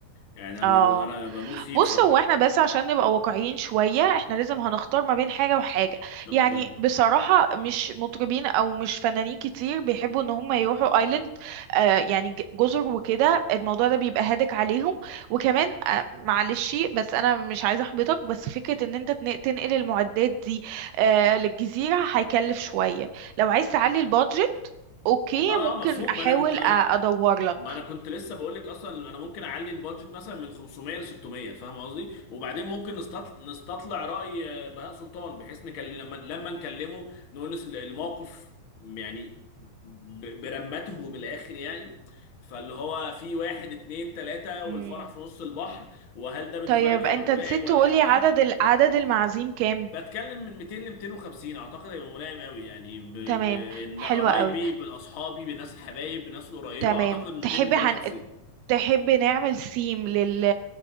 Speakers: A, on the left (about 55°); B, on the right (about 85°).
A: يعني انا
B: اه
A: انا بموت فيه
B: بص
A: بصراحه
B: هو احنا بس عشان نبقى واقعيين شوية احنا لازم هنختار ما بين حاجة وحاجة
A: لو
B: يعني
A: كان
B: بصراحة مش مطربين او مش فنانين كتير بيحبوا ان هم يروحوا ايلاند آه يعني ج- جزر وكده الموضوع ده بيبقى هادك عليهم وكمان آه معلش بس انا مش عايزة احبطك بس فكرة ان انت تن- تنقل المعدات دي آه للجزيرة هيكلف شوية لو عايز تعلي البادجت اوكي
A: اه
B: ممكن
A: مفهوم
B: احاول
A: ما انا كنت انا
B: أ- ادور لك
A: ما انا كنت لسه بقول لك اصلا انا ممكن اعلي البادجت مثلا من 500 ل 600 فاهم قصدي وبعدين ممكن نستطلع, نستطلع راي آه، بهاء سلطان بحيث نكلم لما لما نكلمه نقول له الموقف يعني ب- برمته من الاخر يعني فاللي هو في واحد اتنين تلاتة والفرح
B: تمام
A: في نص البحر وهل ده بالنسبة
B: طيب
A: لك هيبقى
B: انت
A: ملائم
B: نسيت
A: ولا
B: تقولي
A: لأ؟
B: عدد ال... عدد المعازيم كام
A: بتكلم من 200 ل 250 اعتقد هيبقى ملائم قوي يعني ب...
B: تمام
A: بان
B: حلوة
A: قرايبي
B: قوي
A: باصحابي بالناس الحبايب بالناس القريبة
B: تمام
A: اعتقد 200
B: تحبي
A: 250
B: هن... تحبي نعمل سيم لل...